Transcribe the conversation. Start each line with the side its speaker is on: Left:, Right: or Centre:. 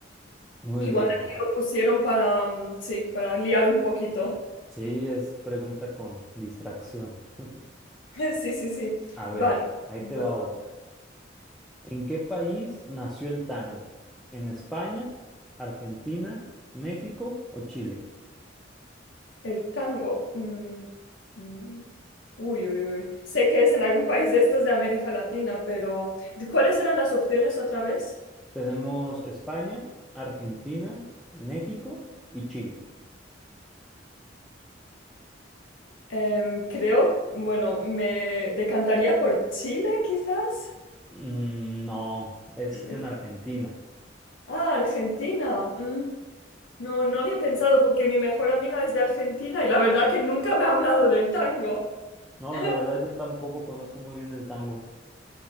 Centre: Muy
Left: Igual
Centre: bien.
Left: aquí lo pusieron para, mm, sí, para liar un poquito.
Centre: Sí, es pregunta con distracción. <laughs>
Left: <laughs> Sí, sí, sí.
Centre: A ver,
Left: Vale.
Centre: ahí
Left: Entonces,
Centre: te va otra. ¿En qué país nació el tango? ¿En España, Argentina, México o Chile?
Left: El tango. mm, mm, uy, uy, uy. Sé que es en algún país de estos de América Latina, pero ¿de ¿cuáles eran las opciones otra vez?
Centre: Tenemos España, Argentina, México y Chile.
Left: Em, creo, bueno, me decantaría por Chile, quizás.
Centre: Mm, no, es
Left: Mm.
Centre: en Argentina.
Left: Ah, Argentina. mm, No, no había pensado porque mi mejor amiga es de Argentina y la verdad que nunca me ha hablado del tango.
Centre: No,
Left: <laughs>
Centre: la verdad yo tampoco conozco muy bien el tango.